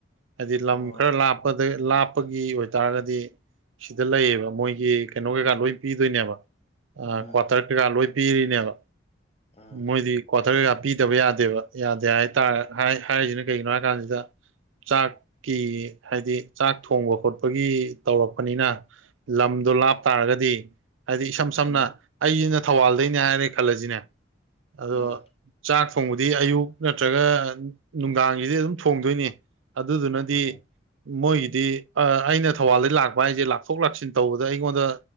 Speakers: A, on the right; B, on the left.
A: ꯍꯥꯏꯗꯤ ꯂꯝ
B: ꯑꯣ
A: ꯈꯔ ꯂꯥꯞꯄꯗ ꯂꯥꯞꯄꯒꯤ ꯑꯣꯏꯇꯥꯔꯒꯗꯤ ꯁꯤꯗ ꯂꯩꯌꯦꯕ ꯃꯣꯏꯒꯤ ꯀꯩꯅꯣ ꯀꯩꯀꯥ ꯂꯣꯏ ꯄꯤꯗꯣꯏꯅꯦꯕ
B: ꯎꯝ
A: ꯀ꯭ꯋꯥꯇꯔ ꯀꯩꯀꯥ ꯂꯣꯏ ꯄꯤꯔꯤꯅꯦꯕ
B: ꯎꯝ
A: ꯃꯣꯏꯗꯤ ꯀ꯭ꯋꯥꯇꯔ ꯀꯩꯀꯥ ꯄꯤꯗꯕ ꯌꯥꯗꯦꯕ ꯌꯥꯗꯦ ꯍꯥꯏꯇꯥꯔ ꯍꯥꯏꯔꯤꯁꯤꯅ ꯀꯩꯒꯤꯅꯣ ꯍꯥꯏ ꯀꯥꯟꯁꯤꯗ ꯆꯥꯛꯀꯤ ꯍꯥꯏꯗꯤ ꯆꯥꯛ ꯊꯣꯡꯕ ꯈꯣꯠꯄꯒꯤ ꯇꯧꯔꯛꯄꯅꯤꯅ ꯂꯝꯗꯣ ꯂꯥꯞ
B: ꯎꯝ
A: ꯇꯥꯔꯒꯗꯤ ꯍꯥꯏꯗꯤ ꯏꯁꯝ ꯁꯝꯅ
B: ꯎꯝ
A: ꯑꯩꯁꯤꯅ ꯊꯧꯕꯥꯜꯗꯩꯅꯦ ꯍꯥꯏꯔꯦ ꯈꯜꯂꯁꯤꯅꯦ ꯑꯗꯣ
B: ꯎꯝ
A: ꯆꯥꯛ ꯊꯣꯡꯕꯗꯤ ꯑꯌꯨꯛ ꯅꯠꯇ꯭ꯔꯒ ꯅꯨꯡꯗꯥꯡꯒꯤꯗꯤ ꯑꯗꯨꯝ ꯊꯣꯡꯗꯣꯏꯅꯤ ꯑꯗꯨꯗꯨꯅꯗꯤ
B: ꯃꯥꯅꯤ
A: ꯃꯣꯏꯒꯤꯗꯤ ꯑ ꯑꯩꯅ ꯊꯧꯕꯥꯜꯗꯩ ꯂꯥꯛꯄ ꯍꯥꯏꯁꯦ ꯂꯥꯛꯊꯣꯛ ꯂꯥꯛꯁꯤꯟ ꯇꯧꯕꯗ ꯑꯩꯉꯣꯟꯗ